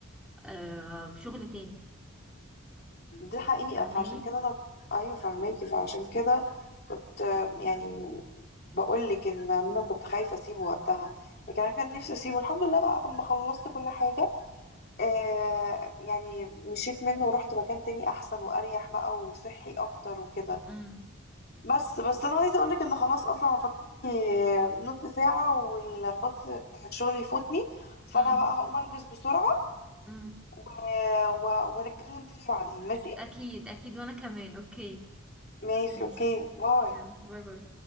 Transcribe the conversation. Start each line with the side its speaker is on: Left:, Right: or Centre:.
Centre: آه بشغل تاني
Left: دي حقيقة
Centre: فاهماني؟
Left: فعشان كده انا ايوه فاهماكي فعشان كده كنت آه، يعني بقولك ان انا كنت خايفة اسيبه وقتها لكن انا كان نفسي اسيبه الحمد لله بقى لما خلصت كل حاجة آه يعني مشيت منه ورحت مكان تاني احسن واريح بقى وصحي اكتر وكده
Centre: مم.
Left: بس بس انا عايزه اقولك ان خلاص اصلا انا فاضل لي نص ساعه والباص بتاع الشغل يفوتني فانا
Centre: مم.
Left: بقى هقوم البس بسرعه
Centre: مم.
Left: آه، و- ونتكلم تاني بعدين ماشي
Centre: أكيد أكيد وأنا كمان أوكي
Left: ماشي
Centre: ماشي
Left: اوكي باي
Centre: يلا باي باي